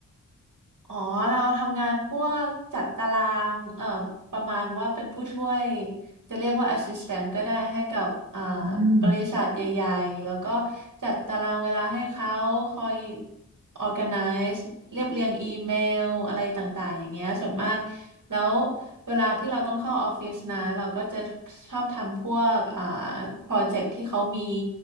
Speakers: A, on the right (about 70°); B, on the right (about 40°).
A: อ๋อเราทำงานพวกจัดตารางเอ่อประมาณว่าเป็นผู้ช่วยจะเรียกว่า assistant ก็ได้ให้กับอ่า
B: อืม
A: บริษัทใหญ่ๆแล้วก็จัดตารางเวลาให้เขาคอย organize เรียบเรียงอีเมลอะไรต่างๆอย่างเงี้ยส่วนมากแล้วเวลาที่เราต้องเข้าออฟฟิศนะเราก็จะชอบทำพวกอ่าโปรเจกต์ที่เขามี